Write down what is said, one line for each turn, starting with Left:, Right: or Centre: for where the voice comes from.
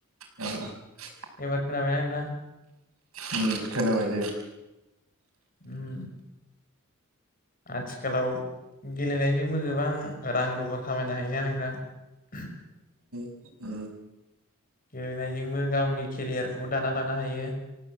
Right: अ <inaudible>
Left: एबार खोनाबायना नोंथां
Right: उ खोनाबाय दे
Left: उम आथिखालाव गेलेनायजोंबो गोबां रां रुफा खामायनो हायोना नोंथां
Right: उ
Left: गेलेनायजोंबो गावनि केरियारखौ दाना लानो हायो